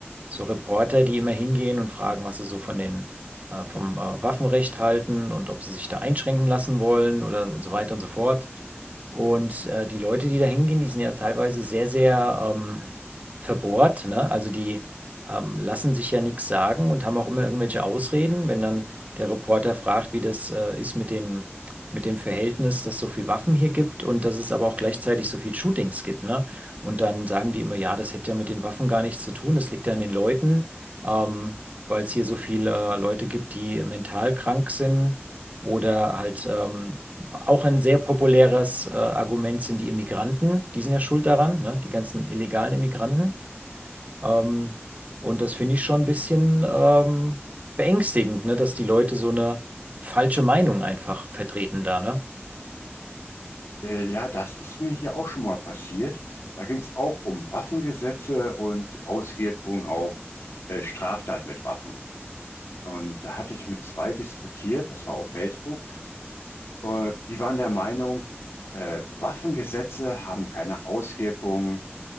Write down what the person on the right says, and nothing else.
so Reporter, die immer hingehen und fragen, was sie so von den, äh, vom äh, Waffenrecht halten und ob sie sich da einschränken lassen wollen oder und so weiter und so fort. Und äh, die Leute, die da hingehen, die sind ja teilweise sehr, sehr ähm, verbohrt, ne? Also die ähm, lassen sich ja nichts sagen und haben auch immer irgendwelche Ausreden, wenn dann der Reporter fragt, wie das äh, ist mit den, mit dem Verhältnis, dass es so viel Waffen hier gibt und dass es aber auch gleichzeitig so viel Shootings gibt, ne? Und dann sagen die immer, ja, das hätte ja mit den Waffen gar nichts zu tun, das liegt ja an den Leuten, ähm, weil es hier so viele äh, Leute gibt, die mental krank sind oder halt ähm, auch ein sehr populäres äh, Argument sind die Immigranten, die sind ja schuld daran, ne? Die ganzen illegalen Immigranten. Ähm, und das finde ich schon ein bisschen ähm, beängstigend, ne? Dass die Leute so eine falsche Meinung einfach vertreten da, ne?